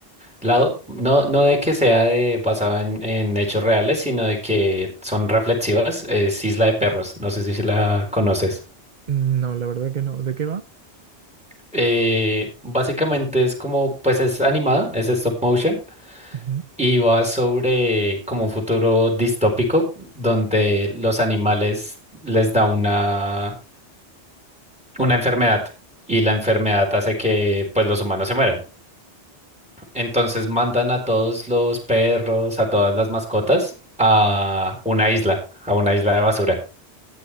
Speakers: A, in the centre; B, on the right.
A: lado. No, no de que sea de, basada en, en hechos reales, sino de que son reflexivas. Es Isla de Perros. No sé si si la conoces.
B: No, la verdad que no. ¿De qué va?
A: Eh, básicamente es como, pues es animada, es stop motion
B: Ujú.
A: y va sobre como un futuro distópico donde los animales les da una, una enfermedad y la enfermedad hace que pues los humanos se mueran. Entonces mandan a todos los perros, a todas las mascotas, a una isla, a una isla de basura.